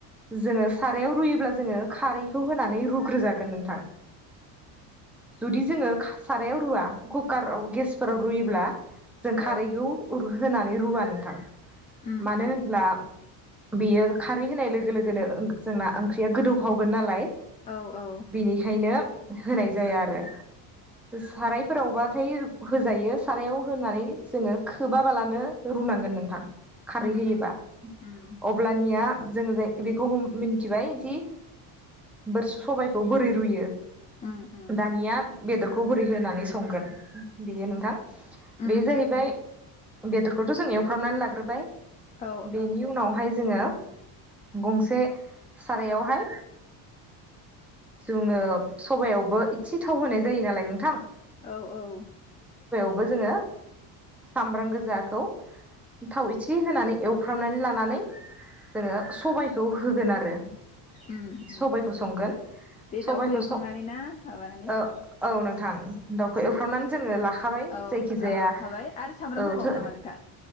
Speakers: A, in the centre; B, on the left.
A: जोङो सारायाव रुयोब्ला जोङो खारैखौ होनानै रुग्रोजागोन नोंथां जुदि जोङो सारायाव रुवा कुकाराव गेसफोराव रुयोब्ला जों
B: औ
A: खारैखौ उर होनानै रुवा नोंथां
B: उम
A: मानो
B: उम
A: होनब्ला बेयो खारै होनाय लोगो लोगोनो जोंना ओंख्रिया गोदौफावगोन नालाय
B: औ औ
A: बेनिखाय होयनो होनाय जाया आरो सारायफोरावबाथाय होजायो सारायाव होनानै जोङो खोबाबालानो रुनांगोन नोंथां खारै
B: उम
A: होयोबा
B: उम उम
A: अब्लानिया जोङो जाय बेखौ मिथिबाय जि बोरसु सबायखौ रुयो
B: उम उम
A: दानिया बेदरखौ बोरै होनानै संगोन बेयो नोंथां
B: उम
A: बे जाहैबाय बेदरखौथ' जों एवफ्रामनानै लाग्रोबाय
B: औ
A: बेनि उनावहाय जोङो गंसे सारायावहाय जोङो सबायावबो इसे थाव होनाय जायो नालाय नोंथां
B: औ औ
A: बो जोङो सामब्राम गोजाखौ थाव इसे होनानै एवफ्रामनानै लानानै जोङो सबबायखौ होगोन आरो
B: उम उम
A: सबायखौ संगोन
B: बे
A: सबायखौ
B: दाउखौ एवखांनानै
A: सं
B: ना माबानानै
A: ओ औ नोंथां दाउखौ एवफ्रामनानै जोङो ला लाखाबाय
B: औ
A: जायखि जाया
B: औ लाखाबाय
A: औ
B: आरो सामब्राम होबावो
A: थ'
B: नामा नोंथां?